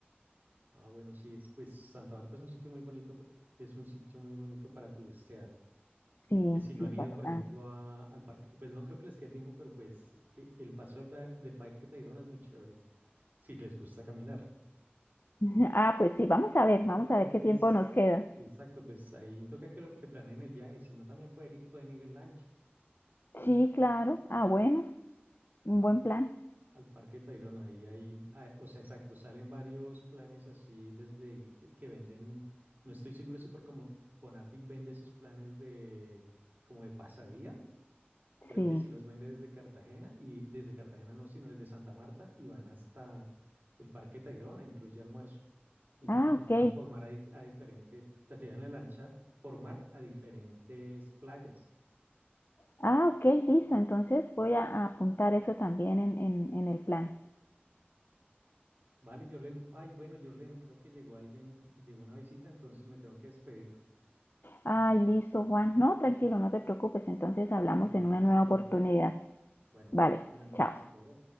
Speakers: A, on the right (about 55°); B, on the left (about 60°).
A: Ah, bueno, sí, es, pues Santa Marta es un sitio muy bonito, es un sitio muy bonito para turistear.
B: Sí,
A: Pues si no
B: sí,
A: han ido,
B: bastante.
A: por ejemplo, a- al parque, pues no creo que les quede tiempo, pero pues e- el paso al ba- de Parque Tayrona es muy chévere, si les gusta caminar.
B: <laughs> Ah, pues sí, vamos a ver,
A: Y
B: vamos
A: Si no,
B: a ver qué
A: pues,
B: tiempo nos queda.
A: exacto, pues ahí toca que, lo, que planeen el viaje, si no también pueden ir, pueden ir en lancha.
B: Sí, claro. Ah, bueno, un buen plan.
A: Al Parque Tayrona, ahí hay, ah, o sea, exacto, salen varios planes así desde eh, que venden, no estoy seguro si por como Cuponatic vende esos planes de como de pasadía, creo
B: Sí.
A: que sí los vende desde Cartagena y desde Cartagena no, sino desde Santa Marta y van hasta el Parque Tayrona, incluye almuerzo. Y te,
B: Ah,
A: y te
B: ok.
A: llevan por mar a, dif- a diferentes, te, te llevan en la lancha por mar a diferentes playas.
B: Ah, ok, listo. Entonces voy a a apuntar eso también en, en- en el plan.
A: Vale, Jorlen, ay, bueno, Jorlen, creo que llegó alguien, llegó una visita, entonces me tengo que despedir.
B: Ay, listo, Juan. No, tranquilo, no te preocupes. Entonces hablamos
A: Bueno, después
B: en una nueva
A: hablamos.
B: oportunidad.
A: Bueno,
B: Vale,
A: buenas noches,
B: chao.
A: hasta luego.